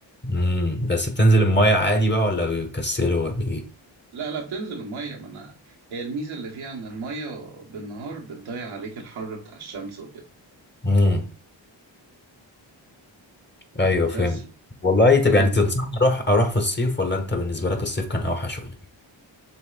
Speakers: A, on the left; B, on the right.
A: امم بس بتنزل المية عادي بقى ولا بيكسلوا ولا ايه
B: لا لا بتنزل الميه ما انا هي الميزه اللي فيها ان الميه بالنهار بتضيع عليك الحر بتاع الشمس وكده
A: امم ايوه فهمت
B: بس
A: والله طب
B: لكن
A: يعني تنصحني اروح اروح في الصيف ولا انت بالنسبة لك الصيف كان اوحش ولا إيه؟